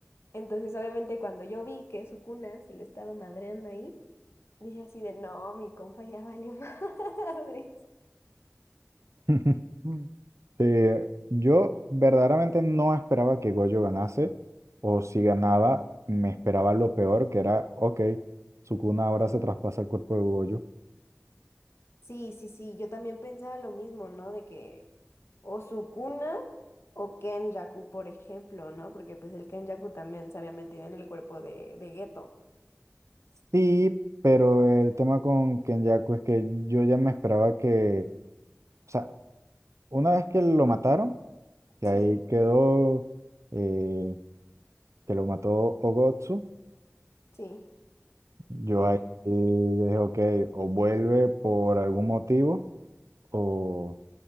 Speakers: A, on the left (about 60°); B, on the right (about 70°).
A: Entonces, obviamente, cuando yo vi que su cuna se lo estaba madreando ahí, dije así de, no, mi compa ya valió <laughs> madres.
B: <laughs> Sí, yo verdaderamente no esperaba que Goyo ganase, o si ganaba, me esperaba lo peor, que era, ok, Sukuna ahora se traspasa el cuerpo de Goyo.
A: Sí, sí, sí, yo también pensaba lo mismo, ¿no? De que o Sukuna o Kenjaku, por ejemplo, ¿no? Porque pues el Kenjaku también se había metido en el cuerpo de, de Geto.
B: Sí, pero el tema con Kenyaku es que yo ya me esperaba que, o sea, una vez que lo mataron, que
A: Sí,
B: ahí quedó, eh, que lo mató Ogotsu,
A: sí,
B: yo
A: El,
B: ahí
A: Yu-
B: eh, dije, ok, o vuelve por algún motivo, o